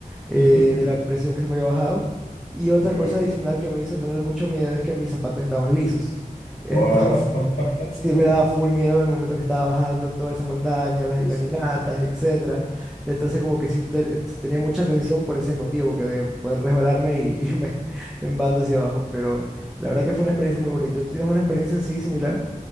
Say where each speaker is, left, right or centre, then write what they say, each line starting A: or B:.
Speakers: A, in the centre; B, on the left (about 80°).
A: eh,
B: <laughs>
A: de la presión que se me había bajado. Y otra
B: Increíble.
A: cosa adicional que me hizo tener mucho miedo es que mis zapatos estaban lisos. <laughs> Entonces.
B: Wow. <laughs>
A: Sí, me daba full miedo el momento que estaba bajando toda esa montaña, las
B: Dios.
A: escalinatas, etcétera. Entonces como que sí, te- sí tenía mucha tensión por ese motivo, que de poder resbalarme y irme <laughs> en banda hacia abajo. Pero la verdad que fue una experiencia muy bonita. ¿Tú tienes una experiencia así similar?